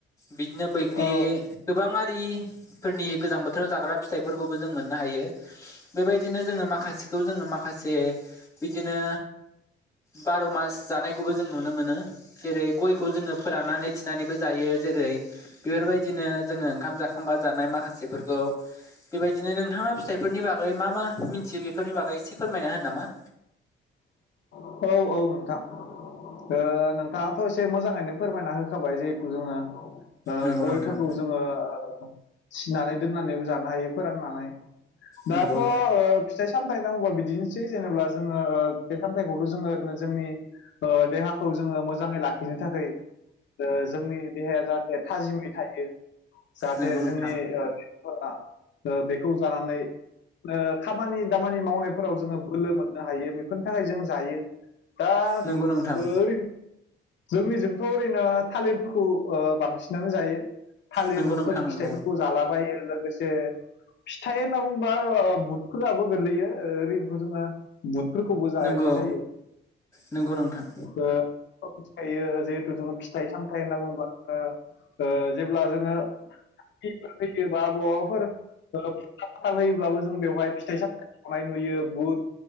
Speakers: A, on the left; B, on the left.
A: बिदिनो बैग्रि
B: औ
A: गोबांआरि फोरनि गोजां बोथोराव जाग्रा फिथाइफोरखौबो जों मोननो हायो। बेबायदिनो जोङो माखासेखौ जोङो माखासे बिदिनो बार' मास जानायखौबो जों नुनो मोनो। जेरै गयखौ जोङो फोराननानै थिनानैबो जायो जेरै बेफोरबायदिनो जोङो खाम जाखांबा जानाय माखासेफोरखौ बेबायदिनो नोंथाङा फिथाइफोरनि बागै मा-मा मिथियो बेफोरनि बागै इसे फोरमायना होनो नामा।
B: औ - औ नोंथां ओ नोंथाङाथ' एसे मोजाङैनो फोरमायना होखाबाय जेहुथु जोङो ओ
A: नंगौ
B: गयफोरखौ
A: नोंथां
B: जोङो ओ थिनानै दोननानैबो जानो हायो फोराननानै दाथ'
A: नंगौ
B: ओ फिथाइ सामथायाइनांगौबा बिदिनोसै जेनेबा जोङो ओ थायथाम <unintelligible> खौथ' जोङो ओरैनो जोंनि ओ देहाखौ जोङो मोजाङै लाखिनो थाखाय ओ जोंनि देहाया जाहाथे थाजिमै थायो जाहाथे
A: नंगौ नोंथां
B: जोंनि ओ फोरा ओ बेखौ जानानै ओ खामानि दामानि मावनायफोराव जोङो बोलो मोन नो हायो बेफोरनि थाखाय जों जायो दा
A: नंगौ नोंथां
B: ओरैन जोंनिजोंथ' ओरैनो थालिरफोरखौ ओ बांसिनानो जायो। थालिर
A: नंगौ नोंथां
B: फोर
A: नंगौ
B: फिथाइफोरखौ जालाबायो। लोगोसे फिथाइ होनना बुंबा ओ बुटफोराबो गोलैयो ओ ओरैनोथ' जोङो बुटफोरखौबो जा
A: नंगौ
B: मोननाय जायो
A: नंगौ नोंथां
B: ओ-ओ <unintelligible> जेहुतु जोङो फि फिथाइ सामथाय होनना बुंबा ओ-ओ जेब्ला जोङो <unintelligible> बयाफोर <unintelligible> जों बेवहाय फिथाइ सामथाय खनाय नुयो बुथ